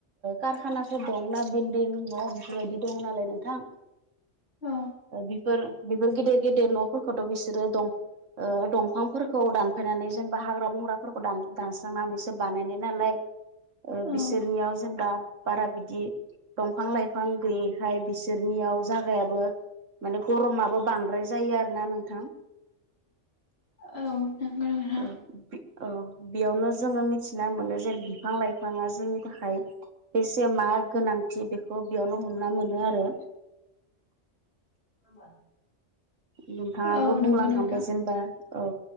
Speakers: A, on the right; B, on the left.
A: कारखानाफोर दंनाा बिल्डिं न' बेफोरबायदि दं नालाय नोंथां
B: औ
A: बेफोर बेफोर गिदिर गिदिर न'फोरखौथ' बिसोरो दं दंफांफोरखौ दानफायनानै जेनेबा हाग्रा बंग्राफोरखौ दानस्रांनानैसो बानायनाय नालाय
B: औ
A: बिसोरनियाव जेनेबा बारा बिदि दंफां लाइफां गैयि बिसोरनियाव जागायाबो माने गरमाबो बांद्राय जायो आरो ना नोंथां
B: औ नंगौ नोंथां
A: ओ औ बेयावनो जोङो मिथिना मोनो जे बिफां लाइफाङा जोंनि थाखाय बेसे मा गोनांथि बेखौ बेयावनो हमना मोनो आरो
B: <inaudible>
A: नोंथाङाबो
B: औ
A: बुंलांखांबाय
B: नंगौ नोंथां
A: जेनेबा औ